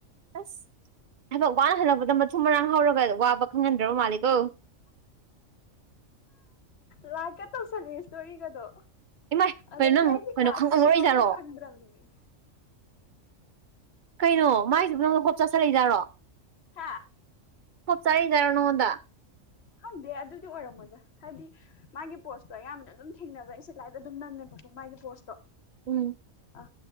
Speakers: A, on the right; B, on the left.
A: ꯑꯁ ꯊꯕꯛ ꯋꯥꯅ ꯍꯜꯂꯛꯄꯗ ꯃꯊꯨꯝ ꯃꯔꯥꯡ ꯍꯧꯔꯒ ꯋꯥꯕ ꯈꯪꯍꯟꯗ꯭ꯔꯕ ꯃꯥꯜꯂꯤ ꯑꯣ
B: ꯂꯥꯏꯛꯀ ꯇꯧꯁꯜꯂꯤ ꯁꯇꯣꯔꯤꯒꯗꯣ
A: ꯏꯃꯥꯏ
B: ꯑꯗꯩꯗꯤ
A: ꯀꯩꯅꯣ ꯅꯪ
B: ꯑꯩꯁꯦ
A: ꯀꯩꯅꯣ
B: ꯀ꯭ꯂꯥꯁ
A: ꯈꯪꯉꯝꯃꯔꯣꯏꯖꯥꯠꯔꯣ
B: ꯀꯁꯦ ꯌꯥꯎꯕꯝ ꯈꯪꯗ꯭ꯔꯕꯅꯤ
A: ꯀꯩꯅꯣ ꯃꯥꯏꯗꯨꯕꯨ ꯅꯪꯉꯣꯟꯗ ꯍꯣꯞ ꯆꯥꯁꯤꯜꯂꯛꯏ ꯖꯥꯠꯔꯣ
B: ꯍꯥ
A: ꯍꯣꯞ ꯆꯥꯔꯤꯖꯥꯠꯂꯣ ꯅꯉꯣꯟꯗ
B: ꯈꯪꯗꯦ ꯑꯗꯨꯗꯤ ꯑꯣꯏꯔꯝꯃꯣꯏꯗ ꯍꯥꯏꯗꯤ ꯃꯥꯒꯤ ꯄꯣꯁꯇꯣ ꯑꯌꯥꯝꯕꯅ ꯑꯗꯨꯝ ꯊꯦꯡꯅꯕꯩ ꯑꯩꯁꯦ ꯂꯥꯏꯛ ꯑꯗꯨꯝ ꯅꯝꯃꯦꯕ ꯌꯦꯡꯉꯨꯀꯣ ꯃꯥꯒꯤ ꯄꯣꯁꯇꯣ
A: ꯎꯝ
B: ꯑꯥ